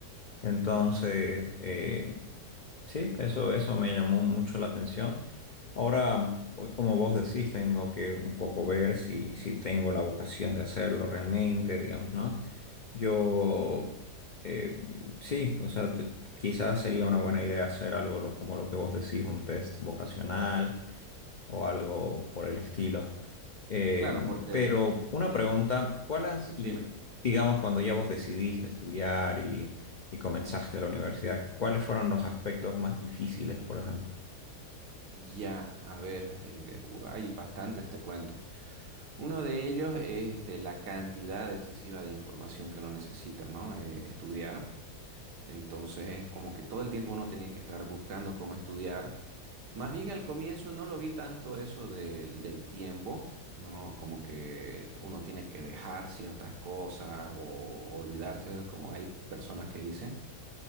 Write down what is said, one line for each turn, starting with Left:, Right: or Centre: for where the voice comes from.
Left: Entonces, eh, sí, eso, eso me llamó mucho la atención. Ahora, pues, como vos decís, tengo que un poco ver si, si tengo la vocación de hacerlo realmente, digamos, ¿no? Yo, eh, sí, o sea, te- quizás sería una buena idea hacer algo lo- como lo que vos decís, un test vocacional o algo por el estilo. Eh,
Right: Claro, porque
Left: pero una
Right: eh,
Left: pregunta, ¿cuál has- y
Right: dime.
Left: digamos cuando ya vos decidiste estudiar y, y comenzaste la universidad, ¿cuáles fueron los aspectos más difíciles, por ejemplo?
Right: Ya, a ver, eh, u- hay bastantes, te cuento. Uno de ellos es este, la cantidad excesiva de información que uno necesita, ¿no? eh, estudiar. Entonces es como que todo el tiempo uno tenía que estar buscando cómo estudiar. Más bien al comienzo no lo vi tanto eso del del tiempo, ¿no? Como que uno tiene que dejar ciertas cosas o olvidarse, como hay personas que dicen,